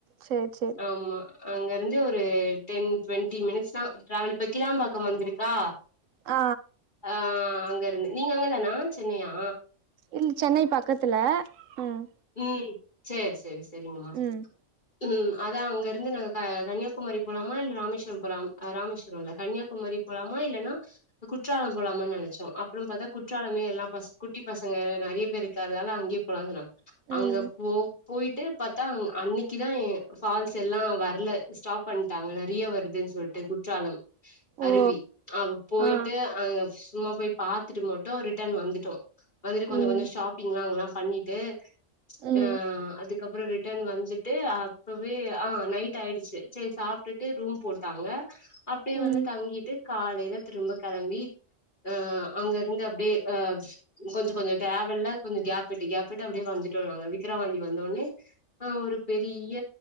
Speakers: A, on the right; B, on the left.
A: சேரி சேர்
B: ஆமா அங்க இருந்து ஒரு டென் டுவெண்ட்டி மினிட்ஸ் தா டிரவல் இப்ப கிளாம்பாக்கம் வந்திருக்கா
A: ஆ
B: ஆ அங்க இருந்து நீங்க அங்க தானா சென்னையா
A: இல் சென்னை பக்கத்துல ம்
B: ம் சேரி சேரி சேரிங்கம்மா
A: ம்
B: ம் அதா அங்க இருந்து நாங்க க கன்னியாகுமரி போலாமா இல்ல ராமேஸ்வரம் போலாம் ராமேஸ்வரம் இல்ல கன்னியாகுமரி போலாமா இல்லன்னா குற்றாலம் போலாமானு நெனச்சோ அப்புறம் பார்த்தா குற்றாலமே எல்லா பச குட்டி பசங்க நிறைய பேர் இருக்கர்தால அங்கே போலான் அங்க
A: ம்
B: போ போயிட்டு பத்தா அன்னைக்குதா எ ஃபால்ஸ் எல்லா வரல ஸ்டாப் பண்ணிட்டாங்க நெறைய வருதுன்னு சொல் குற்றாலம் அருவி
A: ஓ
B: அவ போயிட்டு
A: ஆ
B: அங்க சும்மா போய் பாத்துட்டு மட்டும் ரிட்டன் வந்துட்டோ வந்துட்டு கொஞ்ச
A: ம்
B: கொஞ்சோ ஷாப்பிங்ல்லா அங்கெல்லா பண்ணிட்டு
A: ம்
B: ஆ அதுக்கப்பறோ ரிட்டன் வந்துட்டு ட்டு அப்பவே ஆ நைட் ஆயிடுச்சு சரி சாப்ட்டுட்டு ரூம் போட்டாங்க அப்டியே
A: ம்
B: வந்து தங்கிட்டு காலைல திரும்ப கெளம்பி ஆ அங்கருந்து அப்டியே ஆ கொஞ்ச கொஞ்சோ ட்ராவெல்ல கொஞ்ச கேப்பிட்டு கேப்விட்டு அப்டியே வந்துட்டோ நாங்க விக்கிரவாண்டி வந்தோனே ஆ ஒரு பெரிய